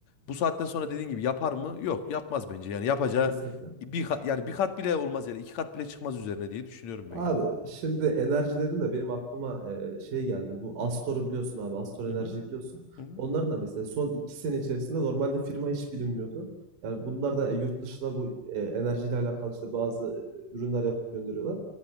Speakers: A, on the left (about 55°); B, on the right (about 45°).
A: bu saatten sonra dediğin gibi yapar mı? Yok, yapmaz bence. Yani yapacağı
B: kesinlikle.
A: bir kat, yani bir kat bile olmaz yani iki kat bile çıkmaz üzerine diye düşünüyorum
B: Abi
A: ben yani.
B: şimdi enerji dedin de benim aklıma e, şey geldi. Bu Astor'u biliyorsun abi. Astor Enerji'yi
A: Hı hı.
B: biliyorsun.
A: Hı hı.
B: Onların da mesela son iki sene içerisinde normalde firma hiç bilinmiyordu. Yani bunlar da e, yurt dışına bu e, enerjiyle alakalı işte bazı e, ürünler yapıp gönderiyorlar.